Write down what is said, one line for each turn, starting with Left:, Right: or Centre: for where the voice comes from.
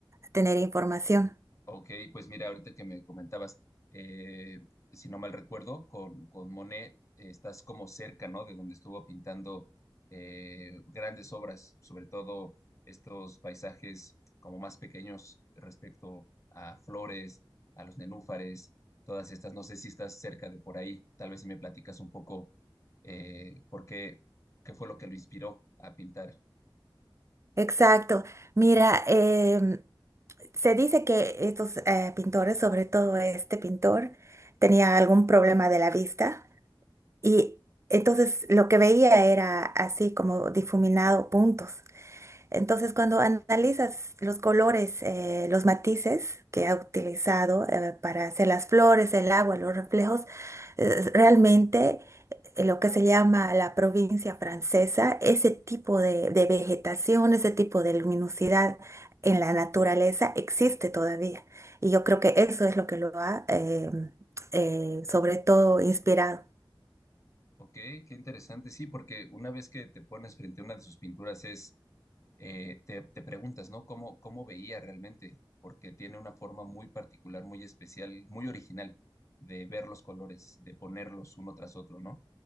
Right: tener información?
Left: Ok, pues mira, ahorita que me comentabas, eh, si no mal recuerdo, con, con Monet eh, estás como cerca, ¿no? De donde estuvo pintando eh, grandes obras, sobre todo estos paisajes como más pequeños respecto a flores, a los nenúfares, todas estas. No sé si estás cerca de por ahí. Tal vez si me platicas un poco eh, por qué, qué fue lo que lo inspiró a pintar.
Right: Exacto. Mira, em, se dice que estos eh, pintores, sobre todo este pintor, tenía algún problema de la vista Y entonces lo que veía era así como difuminado puntos. Entonces cuando analizas los colores, eh, los matices que ha utilizado eh, para hacer las flores, el agua, los reflejos, eh, realmente eh, lo que se llama la provincia francesa, ese tipo de, de vegetación, ese tipo de luminosidad en la naturaleza existe todavía. Y yo creo que eso es lo que lo ha, eh, eh, sobre todo, inspirado.
Left: Ok, qué interesante, sí, porque una vez que te pones frente a una de sus pinturas es eh, te, te preguntas, ¿no? ¿Cómo, cómo veía realmente? Porque tiene una forma muy particular, muy especial, muy original de ver los colores, de ponerlos uno tras otro, ¿no?